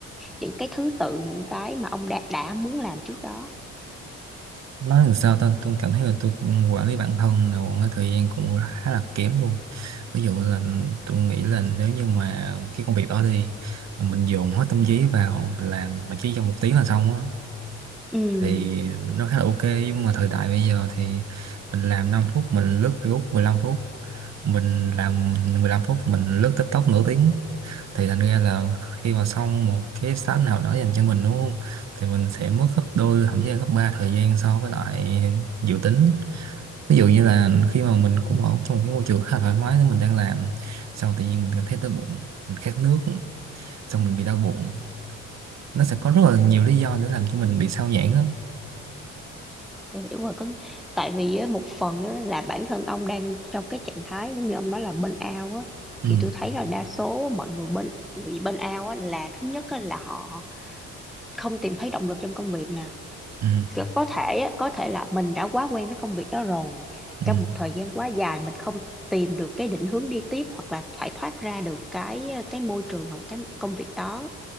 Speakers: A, in the centre; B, on the right (about 45°).
A: những cái thứ tự những cái mà ông đã đã muốn làm trước đó
B: nói làm sao ta tôi cảm thấy là tôi cũng quản lý bản thân là một cái thời gian cũng khá là kém luôn ví dụ là tôi nghĩ là nếu như mà cái công việc đó đi mà mình dồn hết tâm trí vào mình làm mà chỉ trong một tiếng là xong á
A: ừ
B: thì nó khá là ok nhưng mà thời đại bây giờ thì mình làm 5 phút mình lướt Facebook mười lăm phút mình làm 15 phút mình lướt TikTok nửa tiếng thì thành ra là khi mà xong một cái task nào đó dành cho mình đúng không thì mình sẽ mất gấp đôi thậm chí là gấp ba thời gian so với lại dự tính ví dụ như là khi mà mình cũng ở trong một cái môi trường khá là thoải mái nên mình đang làm xong tự nhiên mình cảm thấy đói bụng mình khát nước xong mình bị đau bụng nó sẽ có rất là nhiều lý do để làm cho mình bị sao nhãng á
A: tôi hiểu rồi có tại vì á, một phần á, là bản thân ông đang trong cái trạng thái giống như ông nói là burnout á
B: ừ
A: thì tôi thấy là đa số mọi người bên bị burnout á là thứ nhất á, là họ không tìm thấy động lực trong công việc nè
B: ừ
A: có có thể á, có thể là mình đã quá quen với công việc đó rồi
B: ừ
A: trong một thời gian quá dài mình không tìm được cái định hướng đi tiếp hoặc là phải thoát ra được cái cái môi trường hoặc cái công việc đó